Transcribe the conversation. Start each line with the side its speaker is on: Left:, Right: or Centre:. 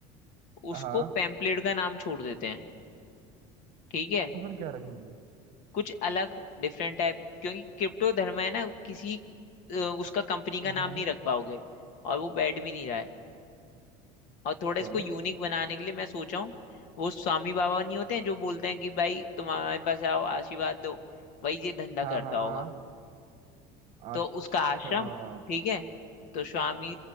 Right: हाँ
Left: उसको पेम्पलेट का नाम छोड़ देते हैं ठीक है
Right: तो फिर क्या रखेंगे
Left: कुछ अलग डिफरेंट टाइप क्योंकि क्रिप्टो धर्म है ना किसी अ, उसका कंपनी का
Right: हाँ
Left: नाम
Right: हाँ,
Left: नहीं रख पाओगे और वो बैठ भी नहीं रहा है और थोड़ा
Right: चलो
Left: इसको यूनिक बनाने के लिए मैं सोचा हूँ वो स्वामी बाबा नहीं होते हैं जो बोलते हैं कि भाई तुम हमारे पास आओ आशीर्वाद लो वही ये धंधा
Right: हाँ
Left: करता
Right: हाँ
Left: होगा
Right: हाँ हाँ,
Left: तो
Right: अच्छा
Left: उसका आश्रम ठीक है तो स्वामी